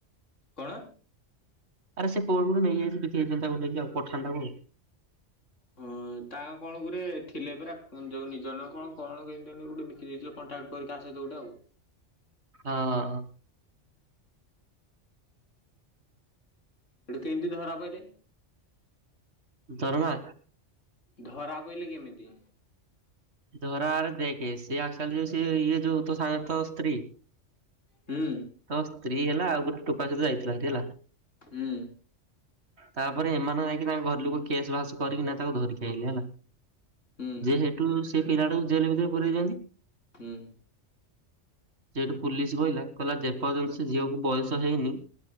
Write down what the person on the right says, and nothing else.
ଆରେ ସେ କୋଉଠୁ ଗୋଟେ ନେଇଯାଇଚି ବିକ ହେଇ ତାକୁ ନେଇକି ଆଉ ପଠାଣ ଟାକୁ ଆଉ।
ହଁ।
ଧରଣା।
ଧରା ଆରେ ଦେଖେ ସେିଏ ଆାଲି ଯୋଉ ସେ ଇଏ ଯୋଉ ତ ସାଙ୍ଗର ସ୍ତ୍ରୀ
ତୋ ସ୍ତ୍ରୀ ହେଲା ଆଉ ଗୋଟେ ଟୁକା ସହ ଯାଇଥିଲା ହେଟି ହେଲା।
ତାପରେ ଏମାନେ ଯାଇକି ତାଙ୍କ ଘର ଲୋକ କେସ୍ ବାସ କରିକିନା ନାଇ ତାକୁ ଧରିକି ଆଇଲେ ହେଲା।
ଯେହେତୁ ସେ ପିଲାଟାକୁ ଜେଲ ଭିତରେ ପୁରେଇଛନ୍ତି।
ସେଠୁ ପୁଲିସ କହିଲା କହିଲା ଯେ ପର୍ଯ୍ୟନ୍ତ ସେ ଝିଅକୁ ବୟସ ହେଇନି